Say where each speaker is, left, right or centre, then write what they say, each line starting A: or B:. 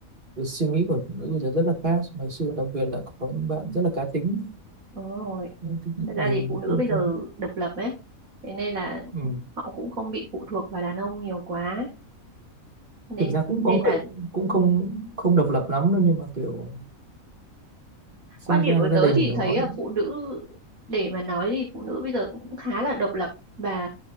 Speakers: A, on the right; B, on the right.
A: cái suy nghĩ của phụ nữ bây giờ rất là khác so với ngày xưa đặc biệt là có những bạn rất là cá tính
B: đúng rồi
A: ừ, tức
B: Thật ra thì phụ nữ
A: là
B: bây giờ
A: không-
B: độc lập ấy, thế nên là
A: ừ.
B: họ cũng không bị phụ thuộc vào đàn ông nhiều quá. Nên
A: thực ra cũng
B: nên
A: có
B: là
A: người cũng không không độc lập lắm đâu nhưng mà kiểu sinh
B: quan điểm
A: ra
B: của
A: cái gia
B: tớ
A: đình
B: thì
A: để
B: thấy
A: mọi
B: là phụ nữ để mà nói thì phụ nữ bây giờ cũng cũng khá là độc lập và